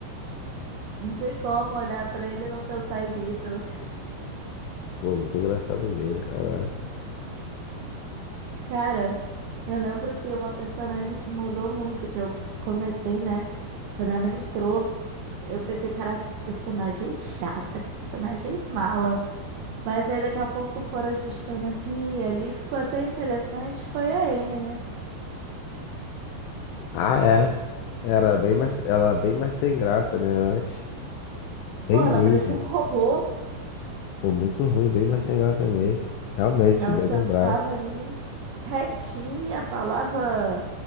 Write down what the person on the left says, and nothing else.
Pô, muito engraçado mesmo, cara.
Ah, é. Era bem mais, era bem mais sem graça, né, antes. Bem
mesmo.
Pô, muito ruim, bem mais sem graça mesmo. Realmente,
bem
lembrado.